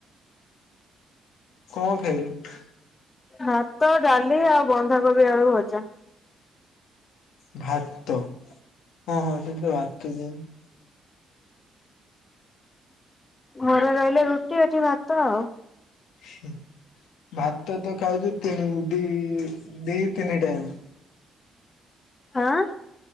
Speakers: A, on the left; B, on the left.
A: କଣ ଖାଇଲୁ?
B: ଭାତ, ଡାଲି ଆଉ ବନ୍ଧାକୋବି ଆଳୁ ଭଜା।
A: ଭାତ ହଁ ହଁ ସେ ତ ଭାତ ଦିଅନ୍ତି।
B: ଘରେ ରହିଲେ ରୁଟି ଏଠି ଭାତ ଆଉ।
A: ହୁଁ ଭାତ ତ ଖାଉଛୁ ତିନି ଦି ଦି ତିନି ଟାଇମ୍।
B: ଆଁ